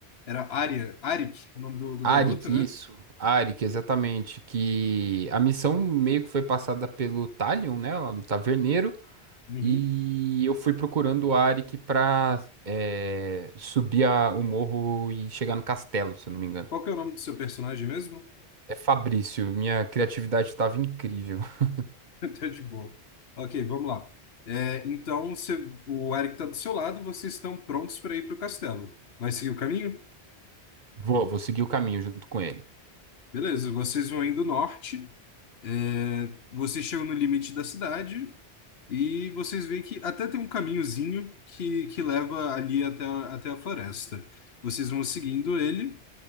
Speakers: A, on the left (about 65°); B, on the right (about 45°).
A: Era Arya, Arik, o nome do, do
B: Arik,
A: garoto, né?
B: isso. Arik, exatamente. Que a missão meio que foi passada pelo Talion, né? Lá do Taverneiro.
A: Uhum.
B: E eu fui procurando o Arik pra é, subir a- o morro e chegar no castelo, se eu não me engano.
A: Qual que é o nome do seu personagem mesmo?
B: É Fabrício, minha criatividade estava incrível. <laughs>
A: <laughs> Tá de boa. Ok, vamos lá. É, então, você- o Arik tá do seu lado, vocês estão prontos para ir pro castelo. Vai seguir o caminho?
B: Vou, vou seguir o caminho junto com ele.
A: Beleza, vocês vão indo norte, é, vocês chegam no limite da cidade e vocês veem que até tem um caminhozinho que, que leva ali até, a- até a floresta. Vocês vão seguindo ele,